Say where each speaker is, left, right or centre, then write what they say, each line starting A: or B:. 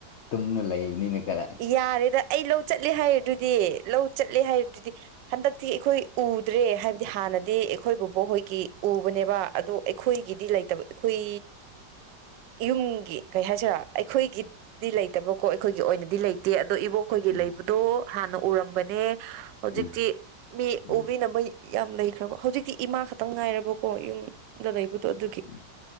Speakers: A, on the left; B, on the right.
A: ꯇꯨꯝꯃ ꯂꯩꯕꯅꯤꯅ ꯈꯔ
B: ꯌꯥꯔꯦꯗ ꯑꯩ ꯂꯧ ꯆꯠꯂꯦ ꯍꯥꯏꯔꯗꯨꯗꯤ ꯂꯧ ꯆꯠꯂꯦ ꯍꯥꯏꯔꯗꯨꯗꯤ ꯍꯟꯗꯛꯇꯤ ꯑꯩꯈꯣꯏ ꯎꯗ꯭ꯔꯦ ꯍꯥꯏꯕ ꯗꯤ ꯍꯥꯟꯅꯗꯤ ꯑꯩꯈꯣꯏ ꯕꯣꯕꯣꯛ ꯍꯣꯏꯒꯤ ꯎꯕꯅꯦꯕ ꯑꯗꯣ ꯑꯩꯈꯣꯏꯒꯤꯗꯤ ꯂꯩꯇꯕ ꯈꯨꯏ ꯌꯨꯝꯒꯤ ꯀꯩ ꯍꯥꯏꯁꯤꯔꯥ ꯑꯩꯈꯣꯏꯒꯤꯗꯤ ꯂꯩꯇꯕꯀꯣ ꯑꯩꯈꯣꯏꯒꯤ ꯑꯣꯏꯅꯗꯤ ꯗꯤ ꯂꯩꯇꯦ ꯑꯗꯣ ꯏꯕꯣꯛ ꯈꯣꯏꯒꯤ
A: ꯎꯝ
B: ꯂꯩꯕꯗꯣ ꯍꯥꯟꯅ ꯎꯔꯝꯕꯅꯦ ꯍꯧꯖꯤꯛꯇꯤ
A: ꯎꯝ
B: ꯃꯤ ꯎꯕꯤꯅꯕ
A: ꯎꯝ
B: ꯌꯥꯝ ꯂꯩꯈ꯭ꯔꯕ ꯍꯧꯖꯤꯛꯇꯤ ꯏꯃꯥ ꯈꯛꯇꯪ ꯉꯥꯏꯔꯕꯀꯣ ꯌꯨꯝ ꯑꯗꯣ ꯂꯩꯕꯗꯣ ꯑꯗꯨꯒꯤ
A: ꯎꯝ